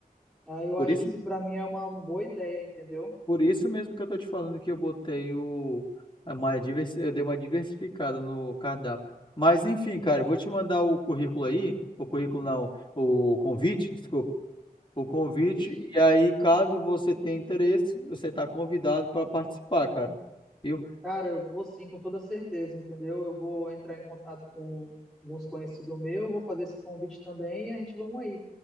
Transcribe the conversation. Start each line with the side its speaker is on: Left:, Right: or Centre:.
Centre: Aí eu
Left: por
Centre: acho
Left: isso
Centre: que isso para mim é uma boa ideia, entendeu?
Left: Por isso mesmo que eu tô te falando que eu botei o é uma diversi- eu dei uma diversificada no cardápio. Mas enfim, cara, eu vou te mandar o currículo aí, o currículo não, o convite, desculpa, o convite
Centre: Isso.
Left: e aí caso você tenha interesse, você está convidado para participar, cara. Viu?
Centre: Cara, eu vou sim, com toda certeza, entendeu? Eu vou entrar em contato com alguns conhecidos meus, vou fazer esse convite também e a gente vamos aí.